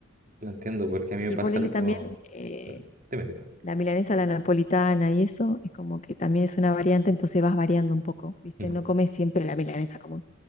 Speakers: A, on the right; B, on the left.
A: lo entiendo, porque a mí me
B: Y
A: pasa
B: ponerle
A: algo.
B: también, eh,
A: No, dime, dime.
B: la milanesa, la napolitana y eso, es como que también es una variante, entonces vas variando un poco, ¿viste?
A: Mm.
B: No comes siempre la milanesa común.